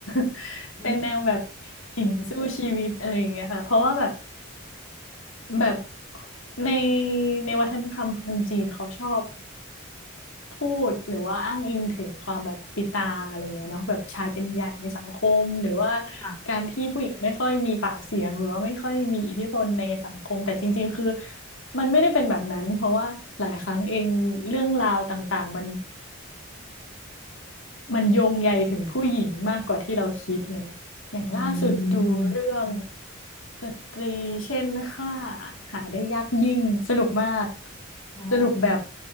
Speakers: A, on the left (about 70°); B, on the left (about 15°).
A: <laughs>
B: อืม
A: เป็นแนวแบบหญิงสู้ชีวิตอะไรอย่างเงี้ยค่ะ เพราะว่าแบบแบบในในวัฒนธรรมคนจีนเขาชอบ พูดหรือว่าอ้างอิงถึงความแบบปิตาอะไรเงี้ยเนาะแบบชายเป็นใหญ่ในสังคมหรือว่า
B: ค่ะ
A: การที่ผู้หญิงไม่ค่อยมีปากเสียงหรือว่าไม่ค่อยมีอิทธิพลในสังคมแต่จริงๆคือมันไม่ได้เป็นแบบนั้นเพราะว่าหลายครั้งเองเรื่องราวต่างๆมันมันโยงใยถึงผู้หญิงมากกว่าที่เราคิดอะไรเลยอย่างล่าสุดดูเรื่อง
B: อืม
A: สตรีเช่นค่าหาได้ยากยิ่งสนุกมาก
B: อ๋อ
A: สนุกแบบ